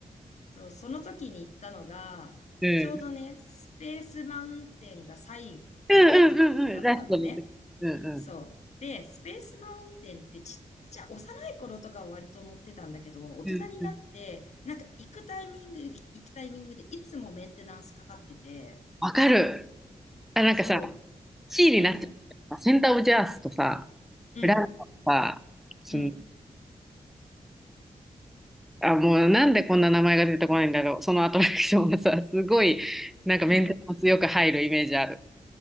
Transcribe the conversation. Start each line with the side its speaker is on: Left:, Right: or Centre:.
Left: そう、その時に行ったのが、
Centre: うん。
Left: ちょうどね、スペースマウンテンが最後の時だったのね。
Centre: うんうんうんうん。ラストの時。うんうん。
Left: そう。で、スペースマウンテンってちっちゃ、幼い頃とかは割と乗ってたんだけど、大人になって、
Centre: うんうん。
Left: なんか行くタイミング、行くタイミングでいつもメンテナンスかかってて、
Centre: わかる。あ、なんかさ、
Left: そう、
Centre: C になっちゃった。
Left: うん、
Centre: センターオブジャースとさ、
Left: うん、
Centre: ランドとさ、その、
Left: うん、
Centre: あ、もうなんでこんな名前が出てこないんだろう。そのアトラクションがさ、すごい、なんかメンテナンスよく入るイメージある。
Left: うん、